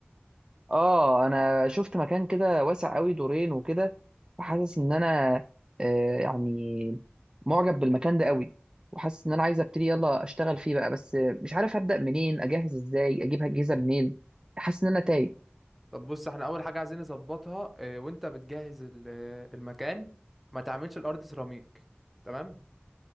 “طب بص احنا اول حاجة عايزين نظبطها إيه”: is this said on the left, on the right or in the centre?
Centre